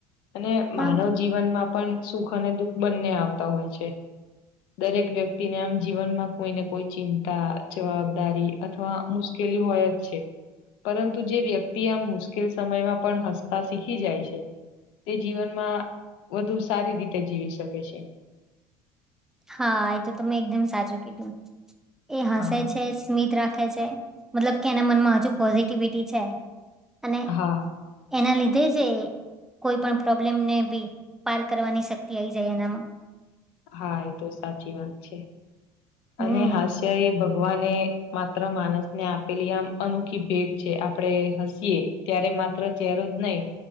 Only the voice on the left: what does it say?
અને
માનવ જીવનમાં પણ સુખ અને દુઃખ બંને આવતા હોય છે દરેક વ્યક્તિને આમ જીવનમાં કોઈને કોઈ ચિંતા, જવાબદારી અથવા મુશ્કેલી હોય જ છે પરંતુ જે વ્યક્તિ આમ મુશ્કેલ સમયમાં પણ હસતા શીખી જાય છે તે જીવનમાં વધુ સારી રીતે જીવી શકે છે
હા
હા
હા, એ તો સાચી વાત છે
અને હાસ્ય એ ભ ભગવાને માત્ર માણસ ને આપેલી આમ અનોખી ભેટ છે આપણેે હસીએ ત્યારે માત્ર ચહેરો જ નહી